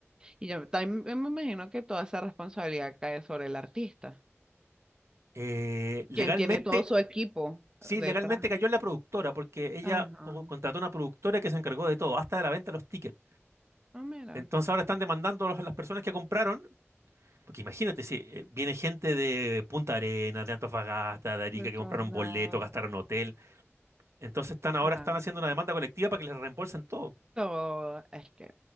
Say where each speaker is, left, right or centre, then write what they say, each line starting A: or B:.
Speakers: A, on the right (about 15°); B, on the right (about 70°).
A: Y yo también me imagino que toda esa responsabilidad cae sobre el artista,
B: Eh, legalmente,
A: quien tiene todo su equipo
B: sí,
A: detrás.
B: legalmente cayó en la productora, porque ella
A: Ajá.
B: co- contrató una productora que se encargó de todo, hasta de la venta de los tickets.
A: Ah, mira.
B: Entonces ahora están demandando a los- a las personas que compraron Porque imagínate, si eh, viene gente de Punta Arenas, de Antofagasta, de Arica,
A: De todos
B: que compraron
A: lados.
B: boleto, gastaron hotel. Entonces están ahora
A: No,
B: están haciendo una demanda colectiva para que les reembolsen todo.
A: todo, es que,